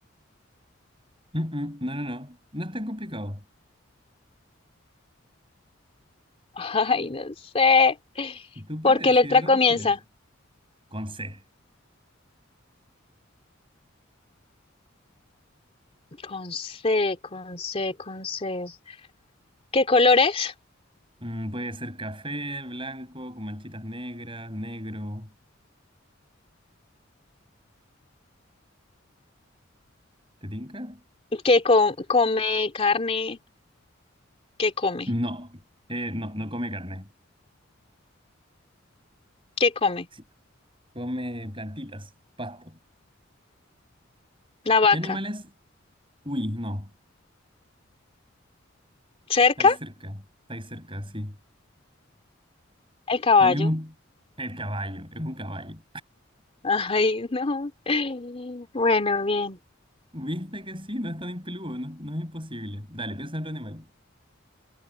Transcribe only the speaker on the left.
<laughs> Ay, no sé.
¿Por qué letra
comienza?
Con C, con C, con C. ¿Qué colores?
¿Qué co- come carne? ¿Qué come?
¿Qué come?
La vaca.
¿Cerca?
El caballo.
Ay, no. Bueno, bien.